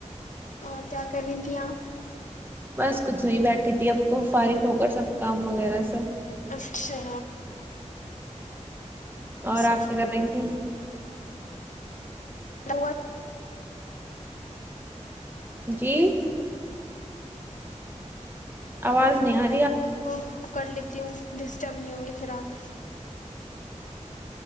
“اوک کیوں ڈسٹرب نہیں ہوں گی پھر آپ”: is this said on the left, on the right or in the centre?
Left